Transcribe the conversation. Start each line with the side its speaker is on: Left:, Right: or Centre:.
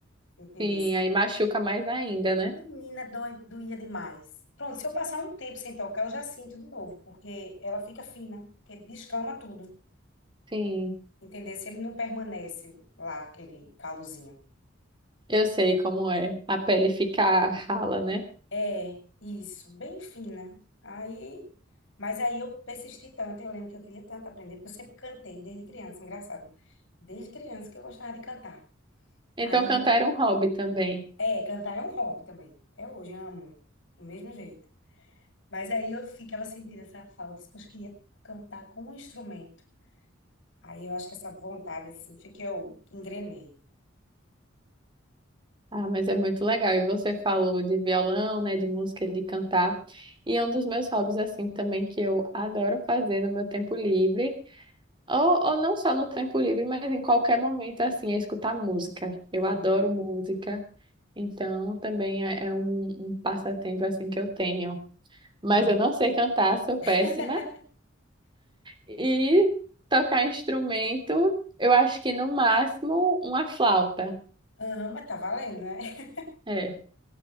Left: entendesse?
Right: Sim, aí machuca mais ainda, né?
Left: Menina, dói, doía demais. Pronto, se eu passar um tempo sem tocar, eu já sinto de novo, porque ela fica fina, porque descama tudo,
Right: Sim,
Left: entendesse? Ele não permanece lá, aquele calozinho.
Right: eu sei como é a pele ficar rala, né?
Left: É, isso, bem fina. Aí, mas aí eu persisti tanto, eu lembro que eu queria tanto aprender, porque eu sempre cantei desde criança, engraçado. Desde criança que eu gostava de cantar.
Right: Então
Left: Aí,
Right: cantar era um hobby também.
Left: é, cantar é um hobby também. Até hoje eu amo, do mesmo jeito. Mas aí eu ficava sentindo essa falta, porque eu queria cantar com um instrumento. Aí eu acho que essa vontade, assim, foi que eu engrenei.
Right: Ah, mas é muito legal. E você falou de violão, né, de música, de cantar. E é um dos meus hobbies, assim, também que eu adoro fazer no meu tempo livre, ou, ou não só no tempo livre, mas em qualquer momento, assim, é escutar música. Eu
Left: Amo,
Right: adoro música, então também é, é um, um passatempo, assim, que eu tenho. Mas
Left: amo
Right: eu não
Left: também.
Right: sei cantar, sou péssima.
Left: <laughs>
Right: E tocar instrumento, eu acho que no máximo uma flauta.
Left: Amo, mas tá valendo, né? <laughs>
Right: É.